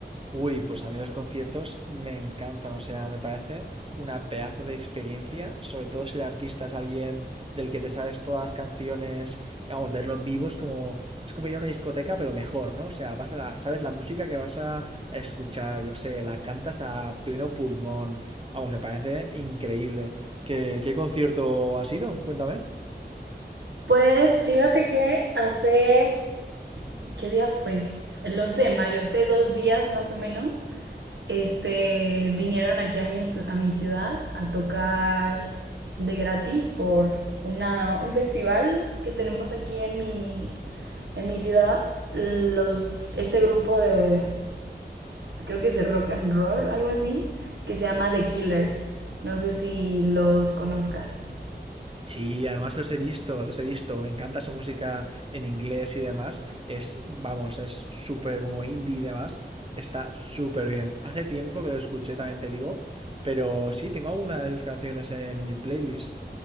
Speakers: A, on the right; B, on the right.
A: Uy, pues a mí los conciertos me encantan, o sea, me parece una pedazo de experiencia, sobre todo si el artista es alguien del que te sabes todas las canciones, y vamos, verlo en vivo es como, es como ir a una discoteca, pero mejor, ¿no? O sea, vas a la- sabes la música que vas a escuchar, yo qué sé, la cantas a pleno pulmón, vamos, me parece increíble. ¿Qué, qué concierto ha sido? Cuéntame.
B: Pues fíjate que hace ¿Qué día fue? El 11 de mayo, hace dos días más o menos, este, vinieron aquí a mi, a mi ciudad a tocar de gratis por una, un festival que tenemos aquí en mi, en mi ciudad. Los, este grupo de, creo que es de rock and roll, algo así, que se llama The Killers. No sé si los conozcas.
A: Sí, además los he visto, los he visto. Me encanta su música en inglés y demás. Es, vamos, es súper como indie y demás. Está súper bien. Hace tiempo que lo escuché, también te digo. Pero sí, tengo alguna de sus canciones en mi playlist.